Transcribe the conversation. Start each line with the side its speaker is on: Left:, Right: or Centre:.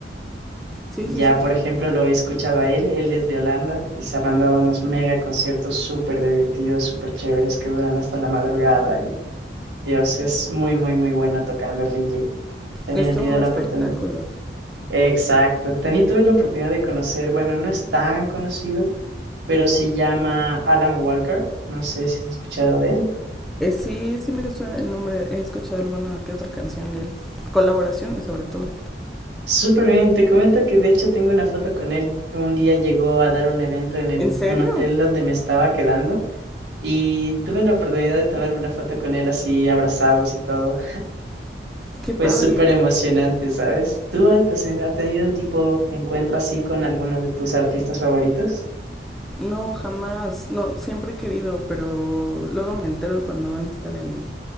Centre: sí,
Right: Ya,
Centre: sí, sí.
Right: por ejemplo, lo he escuchado a él, él es de Holanda y se ha mandado unos mega conciertos súper divertidos, súper chéveres que duran hasta la madrugada y Dios es muy, muy, muy bueno tocando el DJ. También
Centre: Es
Right: he
Centre: todo
Right: tenido
Centre: un espectáculo.
Right: la oportunidad. Exacto, también tuve la oportunidad de conocer, bueno, no es tan conocido, pero se llama Alan Walker, no sé si has escuchado de él.
Centre: Eh, sí, sí me suena el nombre, he escuchado alguna que otra canción de él. Colaboraciones sobre todo.
Right: Súper bien, te comento que de hecho tengo una foto con él. Un día llegó a dar un evento en el-
Centre: ¿En serio?
Right: un hotel donde me estaba quedando y tuve la oportunidad de tomar una foto con él así abrazados y todo.
Centre: Qué padre.
Right: Fue súper emocionante, ¿sabes? ¿Tú has, has tenido un tipo de encuentro así con alguno de tus artistas favoritos?
Centre: No, jamás. No, siempre he querido, pero luego me entero cuando van a estar en,